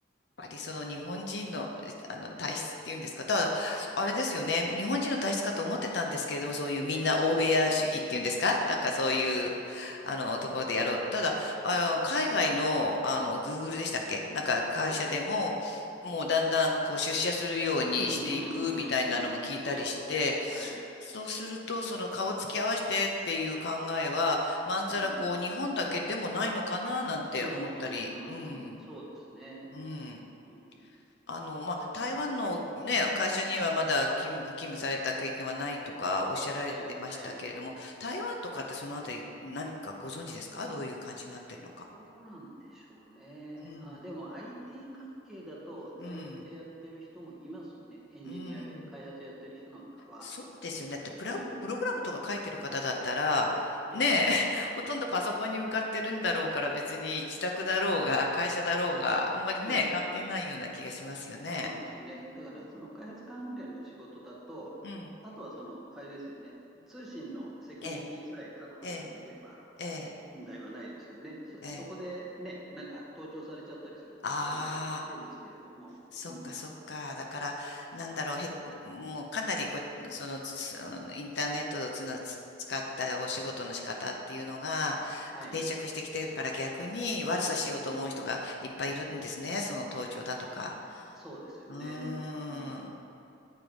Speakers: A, on the left (about 60°); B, in the centre.
A: ぱりその日本人の、えあの体質っていうんですか、
B: うん
A: ただ、あれですよね、日本人の体質かと思ってたんですけれども、そういうみんな欧米屋主義っていうんですか、
B: ええ、ええ、ええ、ええはいはいはい。
A: なんかそういうあのところでやろう。ただ、あの海外の、あの Google でしたっけ、なんか会社でも、
B: はいはい。
A: もうだんだんこう出社するようにしていくみたいなのも聞いたりして、
B: うんうんうんうん。そうですね。はい。
A: そうすると、その顔つき合わせてっていう考えは、まんざらこう日本だけでもないのかななんて思ったり、
B: うん。うんうんうんうん。
A: うん、
B: そうですね。
A: うん。
B: うん。
A: あの、まあ、台湾のね、会社にはまだ勤務、ご勤務された経験はないとかおっしゃられてましたけれども、
B: はいはい。
A: 台湾とかってそのあたり何かご存知ですかどういう感じになってるのか。
B: どうなんでしょうね。
A: うん、
B: あ、でも IT 関係だと在宅でやってる人もいますね。
A: うん、
B: エンジニアで開発やってる人なんかは。
A: うん。そうですよね。だってプラ、
B: うん。
A: プログラムとか書いてる方だったら、
B: ええ。
A: ねえ、<laughs> ほとんどパソコンに向かってるんだろうから別に自宅だろうが会社だろうがあんまりね、
B: そうそうそうそ
A: 関係ないような気がしますよね。
B: う。そうなんですよね。だからその開発関連の仕事だと、
A: うん。
B: あとはその、あれですよね。通信のセキュリティさえ確保できていれば
A: ええ、ええ、ええ、
B: 問題はないですよね。そ、
A: ええ。
B: そこでね、なんか盗聴されちゃったりすると問題が出ますけれども。
A: ああ。そっかそっか。
B: うん。
A: だから、なんだろう、へ、もうかなりこ、その、つうんインターネットをつな、つ使ったお仕事の仕方っていうのが
B: はい。
A: 定着してきてるから逆に悪さしようと思う人がいっぱいいるんですね。
B: うん。
A: その盗聴だとか。
B: そうですよね。
A: うーん。
B: うん